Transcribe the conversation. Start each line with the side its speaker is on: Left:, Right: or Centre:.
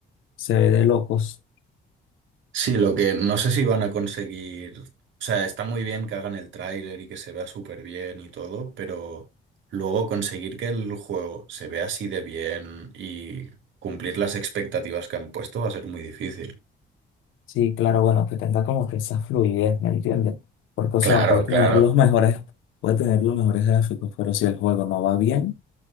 Left: Se ve de locos.
Right: Sí, lo que no sé si van a conseguir, o sea, está muy bien que hagan el tráiler y que se vea súper bien y todo, pero luego conseguir que el juego se vea así de bien y cumplir las expectativas que han puesto va a ser muy difícil.
Left: Sí, claro, bueno, que tenga como que esa fluidez, ¿me entiendes? Porque,
Right: Claro,
Left: o sea, puede tener
Right: claro.
Left: los mejores, puede tener los mejores gráficos, pero si el juego no va bien,